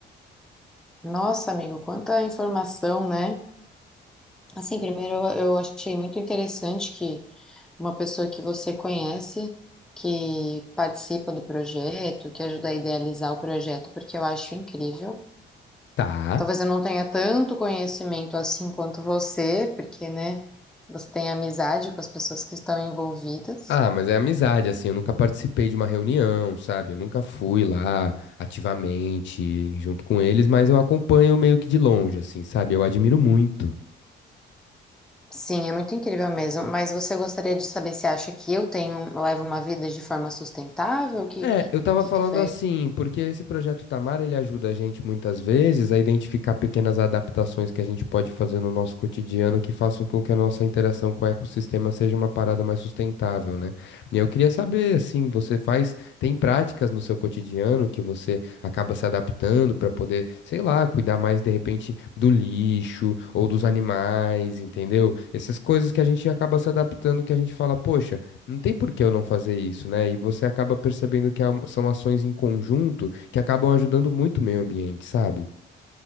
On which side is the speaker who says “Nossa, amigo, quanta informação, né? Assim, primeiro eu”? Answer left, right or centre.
Centre